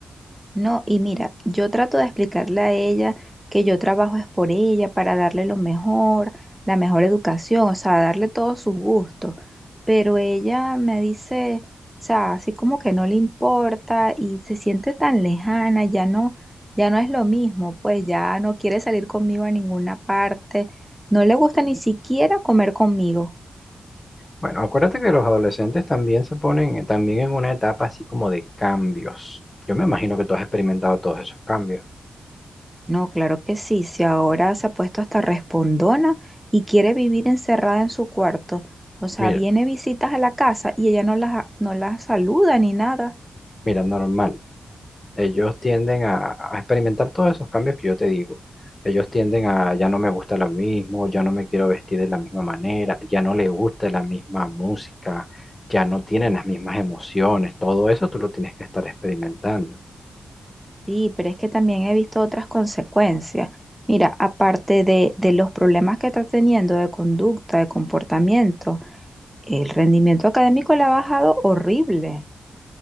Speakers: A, in the centre; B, on the left.
A: No, y mira, yo trato de explicarle a ella que yo trabajo es por ella, para darle lo mejor, la mejor educación, o sea, darle todos sus gustos. Pero ella me dice, o sea, así como que no le importa y se siente tan lejana, ya no, ya no es lo mismo, pues ya no quiere salir conmigo a ninguna parte, no le gusta ni siquiera comer conmigo.
B: Bueno, acuérdate que los adolescentes también se ponen eh, también en una etapa así como de cambios. Yo me imagino que tú has experimentado todos esos cambios.
A: No, claro que sí. Si ahora se ha puesto hasta respondona y quiere vivir encerrada en su cuarto. O sea,
B: Mira,
A: viene visitas a la casa y ella no las, no las saluda ni nada.
B: mira, normal. Ellos tienden a, a experimentar todos esos cambios que yo te digo. Ellos tienden a ya no me gusta lo mismo, ya no me quiero vestir de la misma manera, ya no les gusta la misma música, ya no tienen las mismas emociones. Todo eso tú lo tienes que estar experimentando.
A: Sí, pero es que también he visto otras consecuencias. Mira, aparte de, de los problemas que está teniendo de conducta, de comportamiento, el rendimiento académico le ha bajado horrible.